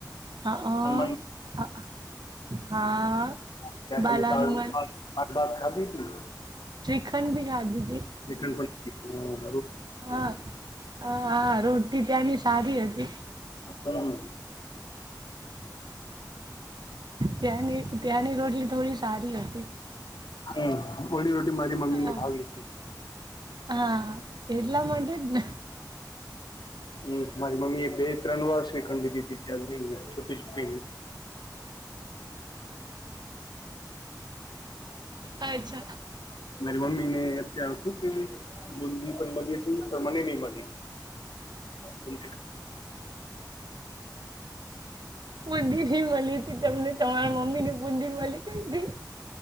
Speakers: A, on the right (about 70°); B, on the left (about 80°).
A: હા
B: હનુમાન
A: હા હ. હા.
B: <unintelligible>
A: બાલાનુંમન
B: <unintelligible> ખાદી તી
A: શ્રિખંડ બિહારડી
B: ચ <unintelligible> હ <inaudible>
A: હા રોટી ત્યાંની સારી હતી
B: હમ <inaudible>
A: ત્યાંની રોટલી થોડી <inaudible> હતી.
B: હ ઓલી રોટી મારી મમ્મી
A: હા.
B: ની ભાવી હતી
A: હા એટલા માટે જ
B: હમ મારી મમ્મી એ બે ત્રણ વાર શ્રીખંડ લીધી હતી એ <inaudible> પિજપેરી <inaudible>
A: અચ્છા
B: મારી મમ્મી ને અત્યારે શું કે બુંદી પણ બની હતી પણ મને નહી મળી બ <inaudible>
A: બ <inaudible> મળી હતી તમને તમારા મમીને બૂદી મળી ક્યાં થી